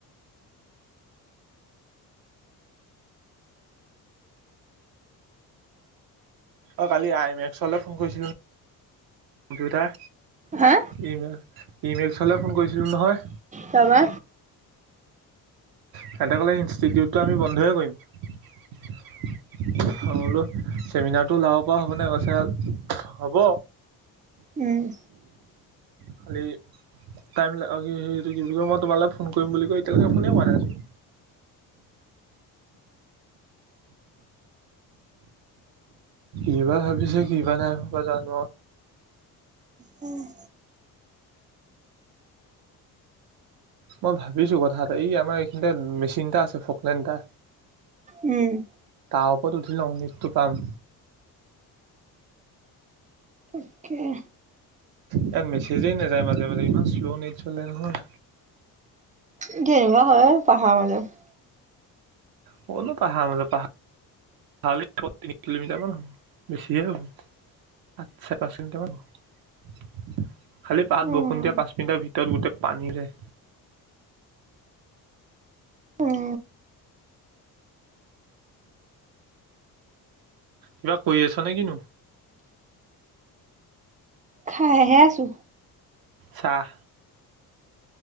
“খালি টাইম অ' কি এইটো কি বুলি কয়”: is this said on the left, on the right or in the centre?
Right